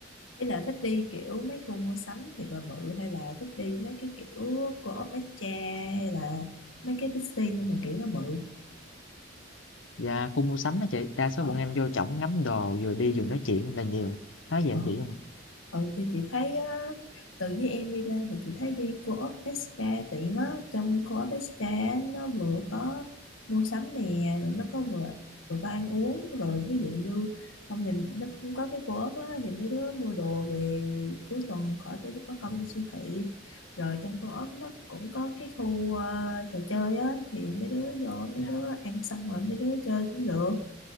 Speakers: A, on the left; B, on the left.
A: Thế là thích đi kiểu mấy khu mua sắm thiệt là bự hay là thích đi mấy cái kiểu Co-op Extra hay là mấy cái Bixi nhưng mà kiểu nó bự.
B: Dạ, khu mua sắm á chị, đa số
A: Ờ.
B: bọn em vô trỏng ngắm đồ, vừa đi vừa nói chuyện là nhiều. Nói vậy
A: ờ.
B: chị hông à?
A: Ừ thì chị thấy á, từ với em đi lên thì chị thấy đi co-op SK tiện á trong co-op SK á, nó vừa có mua sắm nè rồi nó có vừa vừa có ăn uống rồi ví dụ như không thì nó cũng có cái co-op á thì mấy đứa mua đồ về cuối tuần khỏi phải mất công đi siêu thị rồi trong co-op nó cũng có cái khu ờ, trò chơi á thì mấy đứa vô
B: Dạ.
A: mấy đứa ăn xong rồi mấy đứa chơi cũng được